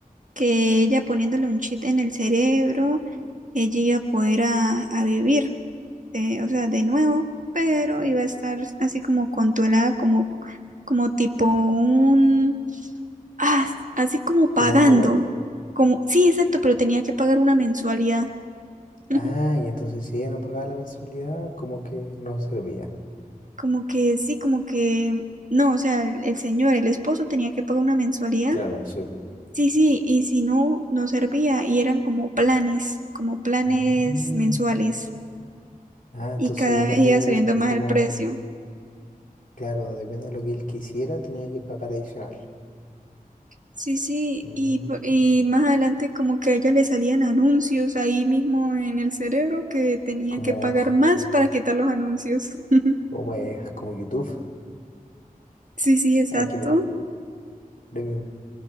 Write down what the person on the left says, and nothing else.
Como
un robot.
Ah,
y entonces si ella no pagaba la mensualidad, como que no servía.
Claro, sí.
Mm.
Ah,
entonces
depende
de,
de
cómo,
claro, depende de lo que él quisiera, tenía que pagar adicional.
Mm.
Como,
<laughs> como es, como YouTube.
Hay que pagar premium.